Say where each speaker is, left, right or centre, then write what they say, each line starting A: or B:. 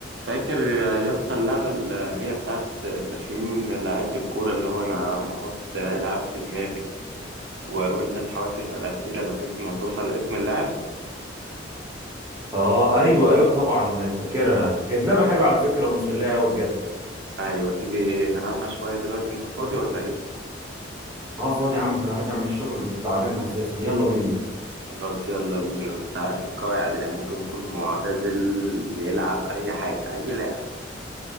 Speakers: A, on the right; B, on the right.
A: فاكر يا اسطى اللعبة اللي هي بتاعت تخمين لعيبة الكورة اللي هو أنا بحط لاعب في دماغي و... وأنت تحاول تسأل أسئلة لغاية ما توصل لاسم اللاعب
B: اه ايوه ايوه طبعا فاكرها كانت لعبه حلوه على فكره ومسليه قوي بجد
A: أيوة تيجي نلعبها شوية دلوقتي أنت فاضي ولا إيه؟
B: اه فاضي يا عم ده انا راجع من الشغل تعبان اساسا يلا بينا
A: خلاص يلا بينا أنت عارف القواعد يعني ممكن يكون معتزل بيلعب أي حاجة أي لاعب